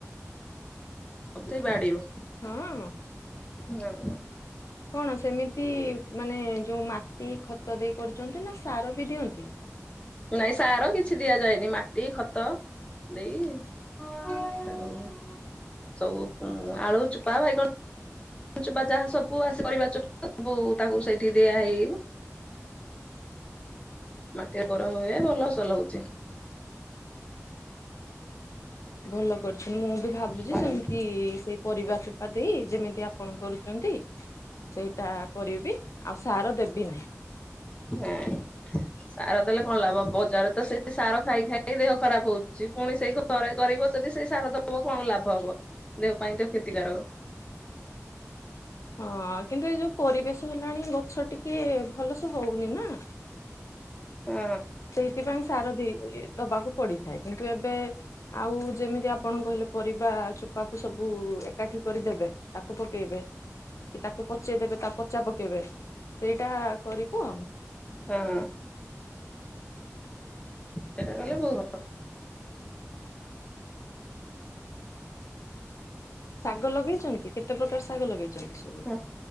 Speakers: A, on the left; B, on the left.
A: <unintelligible> <unintelligible> ବାଡିରୁ।
B: ହଁ।
A: ହଁ ହଁ।
B: କଣ ସେମିତି ମାନେ ଯୋଉଁ ମାଟି ଖତଦେଇ କରୁଛନ୍ତି ନା ସାର ବି ଦିଅନ୍ତି।
A: ନାଇଁ ସାର କିଛି ଦିଆଯାଏନି ମାଟି ଖତ ଦେଇ। <inaudible> ସବୁ ଉ ଆଳୁ ଚୋପା ବାଇଗଣ ଚୋପା ଯାହା ସବୁ ଆସେ ପରିବାଚୋପା। ସବୁ ତାକୁ ସେଇଠି ଦିଆ ହେଇ। ମାଟି ବର ହୁଏ ଭଲ ସଲ ହଉଚି।
B: ଭଲ କରିଚୁ ମୁଁ ବି ଭାବୁଚି
A: ବାଇଗଣ
B: ସେମିତି ସେ। ପରିବା ଚୋପା ଦେଇ ଯେମିତି ଆପଣ କରୁଛନ୍ତି। ସେଇଟା କରିବି ଆଉ ସାର ଦେବି ନାହିଁ।
A: <inaudible> ସାର ଦେଲେ କଣ ଲାଭ ବଜାର ତ ସେଇ ସାର ଖାଇ ଖାଇ ଦେହ ଖରାପ ହଉଚି ପୁଣି ସେଇ। ଥରେ କରିବ ଯଦି ସେଇ ସାର ଦବ କଣ ଲାଭ ହବ ଦେହ ପାଇଁ ତ କ୍ଷତିକାରକ।
B: ହଁ, କିନ୍ତୁ ଏଇ ଯୋଉ ପରିବେଶ ହେଲାଣି ଗଛ ଟିକେ ଭଲସେ ହଉନି ନା।
A: ହଁ।
B: ସେଇଥିପାଇଁ ସାର ଦେଇଦିଏ ଦବାକୁ ପଡିଥାଏ କିନ୍ତୁ ଏବେ। ଆଉ ଯେମିତି ଆପଣ କହିଲେ ପରିବା ଚୋପାକୁ ସବୁ ଏକାଠି କରିଦେବେ। ତାକୁ ପକେଇବେ। କି ତାକୁ ପଚେଇଦେବେ ତା ପଚା ପକେଇବେ ସେଇଟା କରିବୁ।
A: ହଁ। ସେଇଟା ଗଲେ ବହୁ <unintelligible>
B: ଶାଗ ଲଗେଇଛନ୍ତି କେତେ ପ୍ରକାର ଶାଗ ଲଗେଇଛନ୍ତି ସବୁ।
A: ଭଲ।